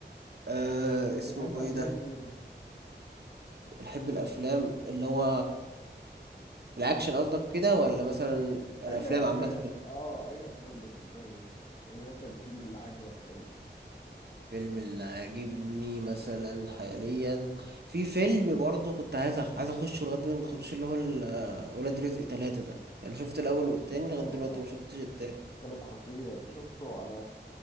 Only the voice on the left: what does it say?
بتحب افلام
ايه
اي افلام
اه اي افلام بتحبها ايه يعني مثلا الفيلم اللي عجبك قوي
اه
ثلاث خطير انا شفته على